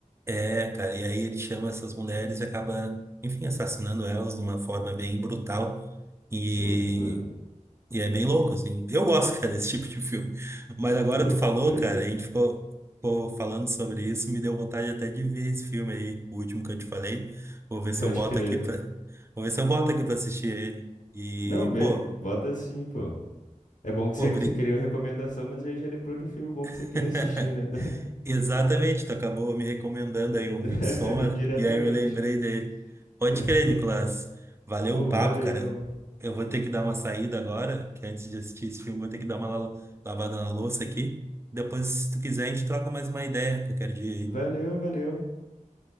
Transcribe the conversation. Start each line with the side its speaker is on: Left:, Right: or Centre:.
Right: é, cara, e aí ele chama essas mulheres e acaba, enfim, assassinando elas de uma forma bem brutal. E,
Left: Que loucura.
Right: e é bem louco, assim. Eu gosto, <laughs> cara, desse tipo de filme. Mas agora
Left: Louco,
Right: tu falou,
Left: doido.
Right: cara,
Left: é.
Right: a gente ficou, ficou falando sobre isso, me deu vontade até de ver esse filme aí, o último que eu te falei. Vou ver
Left: <laughs> Pode
Right: se eu boto
Left: crer.
Right: aqui pra, vou ver se eu boto aqui pra assistir ele. E,
Left: Não, be-
Right: pô,
Left: bota assim, pô. É bom que
Right: pô,
Left: você,
Right: obrigado.
Left: você queria uma recomendação, mas aí já lembrou de um filme bom que
Right: <laughs>
Left: você queria assistir, né?
Right: Exatamente, tu acabou me recomendando aí o Midsommar
Left: <laughs> Indiretamente,
Right: e aí eu lembrei
Left: né?
Right: dele. Pode
Left: <laughs>
Right: crer, Nicolas. Valeu
Left: Oh,
Right: o papo,
Left: valeu.
Right: cara. Eu vou ter que dar uma saída agora, que antes de assistir esse filme, vou ter que dar uma la- lavada na louça aqui. Depois, se tu quiser, a gente troca mais uma ideia qualquer dia aí.
Left: Valeu, valeu.